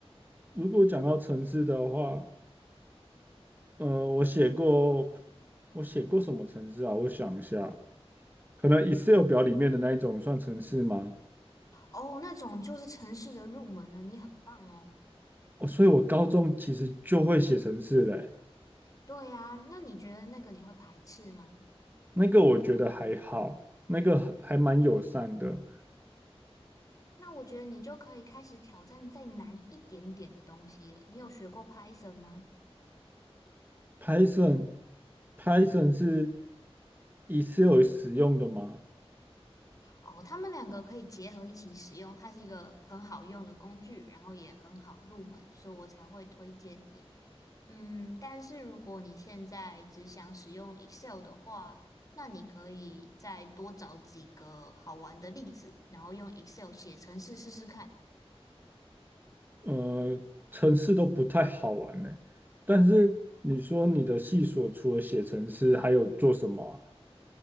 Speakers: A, on the right; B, on the left.
A: 如果讲到城市的话，呃，我写过，我写过什么城市啊？我想一下，可能 Excel 表里面的那一种算城市吗？
B: 哦，那种就是城市的入门了，你很棒哦。
A: 哦，所以我高中其实就会写城市嘞、
B: 对呀，那你觉得那个你会排斥吗？
A: 那个我觉得还好，那个还蛮友善的。
B: 那我觉得你就可以开始挑战再难一点点的东西了。你有学过 Python 吗？
A: Python Python 是 Excel 使用的吗？
B: 哦，他们两个可以结合一起使用，它是一个很好用的工具，然后也很好入门，所以我才会推荐你。嗯，但是如果你现在只想使用 Excel 的话，那你可以再多找几个好玩的例子，然后用 Excel 写程式试试看。
A: 呃，程式都不太好玩呢、但是你说你的系所除了写程式，还有做什么啊？